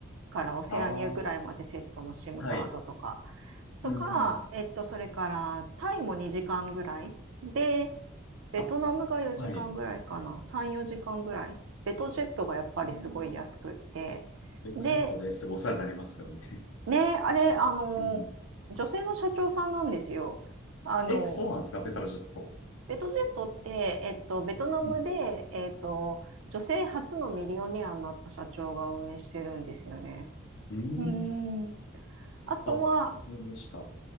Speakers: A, on the right (about 75°); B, on the left (about 70°).
A: からオセアニアぐらいまでセットの
B: ああ、
A: SIM
B: はい。
A: カードとか、とか、
B: うん。
A: えっと、それからタイも2時間ぐらいで、ベトナムが4時間ぐらいかな、
B: あ、はい。
A: 3、4時間ぐらい。ベトジェットがやっぱりすごい安くって。
B: うん。ベタジェットですごいお世話になりますよね。
A: で、ね、あれ、あの、
B: うん。
A: 女性の社長さんなんですよ。あの、
B: え、そうなんですかベタジェット。
A: ベトジェットって、えっと、ベトナムで、
B: うん。
A: えっと、女性初のミリオネアになった社長が運営してるんですよね。
B: うん。
A: うん。あとは、
B: あ、初めでした。